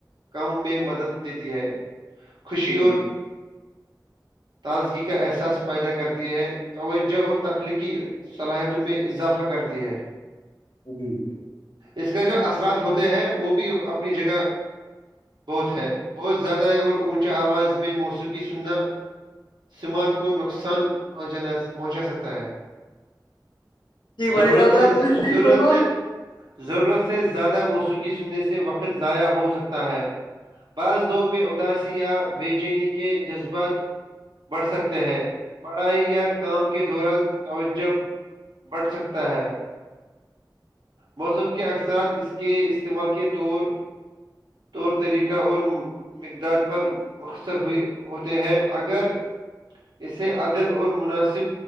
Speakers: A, on the right; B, on the left.
A: کم میں مدد دیتی ہے خوشی
B: جی
A: اور تازگی کا احساس پیدا کرتی ہے توجہ اور تخلیقی صلاحیتوں میں اضافہ کرتی ہے
B: جی جی
A: اس کے جو اثرات ہوتے ہیں وہ بھی اپنی جگہ بہت ہے بہت زیادہ اور اونچا آواز میں موسیقی سننا سماعت کو نقصان پہنچانا پہنچا سکتا ہے
B: جی بھائی
A: ضرورت
B: جان
A: سے
B: آپ نے صحیح
A: ضرورت
B: فرمایا
A: سے ضرورت سے زیادہ موسیقی سننے سے وقت ضائع ہو سکتا ہے بہض لوگ میر اداسی بے چین کےے جذبات بڑھ سکتے ہیں پڑھائی یا کام کے دوران توجہ بٹھ سکتا ہے موسم کے اکثرات اس کے استعمال کے طور طور طریقہ اور مقدار پر مخصر ہو ہوتے ہیں اگر اسے عدل اور مناسب